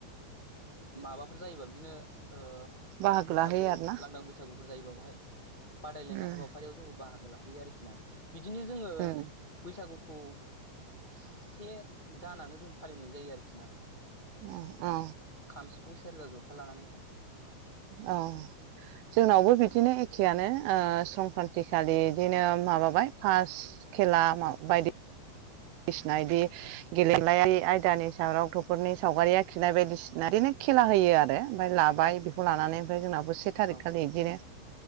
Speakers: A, on the left; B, on the right.
A: माबाफोर जायोबा बिदिनो ओ
B: बाहागो
A: बैसागु
B: लाहैयो आरोना
A: लांदां बैसागुफोर जायोबा बाहाय बादायलायनाय
B: उम
A: हाबाफारियाव जोंबो बाहागो लाहैयो आरोखि ना बिदिनो जोङो
B: उम
A: बैसागु खौ से दानानो जों फालिनाय जायो आरोखि ना
B: उ उ
A: खाम सिफुं सेरजा जथा लानानैहाय
B: औ जोंनावबो
A: औ
B: बिदिनो एखेयानो ओ संक्रान्तिखालि दिनो माबाबाय फास खेला बायदि बायदिसिना इदि गेलेनायायारि आयदानि सायाव र गथ'फोरनि सावगारि आखिनाय बायदिसिना बिदिनो खेला होयो आरो ओमफफ्राय लाबाय बेखौ लानानै ओमफ्राय जोंनाबो से थारिखखालि
A: औ
B: बिदिनो